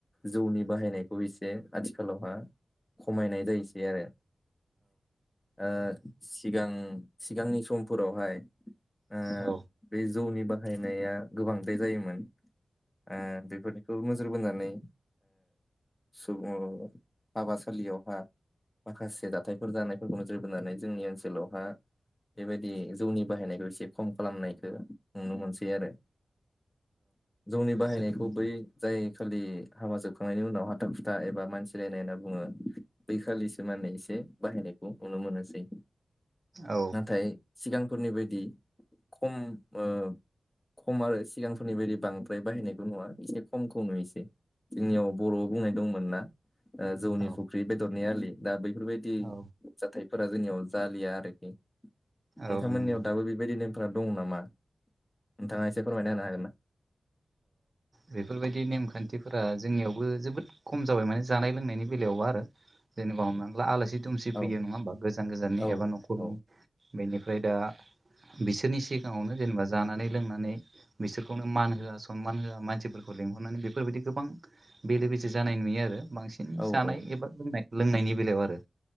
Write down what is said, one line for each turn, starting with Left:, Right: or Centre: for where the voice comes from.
Left: जौनि बाहायनायखौ एसे आथिखालावहा खमायनाय जायोसै आरो ओ सिगां सिगांनि समफोरावहाय ओ
Right: औ
Left: बे जौनि बाहायनाया गोबांद्राय जायोमोन ओ बेफोरनिखौ नोजोर बोनानै सुबुं हाबासालियावहा माखासे जाथायफोर जानायफोरखौ नोजोर बोनानै जोंनि ओनसोलावहा बेबायदि जौनि बाहायनायखौ एसे खम खालामनायखौ नुनो मोनसै आरो जौनि बाहायनायखौ
Right: जोबोद मोजां
Left: बै जाय खालि हाबा जोबखांनायनि उनाव हाथा खुथा एबा मानसिलायनाय होनना बुङो बैखालिसो माने एसे बाहायनायखौ नुनो मोनोसै
Right: औ
Left: नाथाय सिगांफोरनि बायदि खम ओ खम आरो सिगांफोरनि बायदि बांद्राय बाहायनायखौ नुवा एसे खमखौ नुयोसै जोंनियाव बर'आव बुंनाय दंमोन ना जौनि
Right: औ
Left: फुख्रि बेदरनि आलि दा बै फोरबायदि
Right: औ
Left: जाथायफोरा जोंनियाव जालिया आरोखि नोंथांमोननियाव
Right: औ नंगौ
Left: दाबो बेबायदि ने फोरा दङ नामा नोंथाङा एसे फोरमायना होनो हागोन ना
Right: बेफोरबायदि नेमखान्थिफोरा जोंनियावबो जोबोद खम जाबाय माने जानाय लोंनायनि बेलायाव आरो जेनेबा ह आलासि दुमसि
Left: औ
Right: फैयो नङा हबा गोजान गोजाननि
Left: औ
Right: एबा न'खरनि
Left: औ
Right: बेनिफ्राय दा बिसोरनि सिगाङावनो जेनेबा जानानै लोंनानै बिसोरखौनो मान होआ गोबां मान होआ मानसिफोरखौ लिंहरनानै बेफोरबायदि गोबां बेले बेजे जानाय नुयो आरो बांसिन
Left: औ
Right: जानाय
Left: औ
Right: एबा लोंनाय लोंनायनि बेलायाव आरो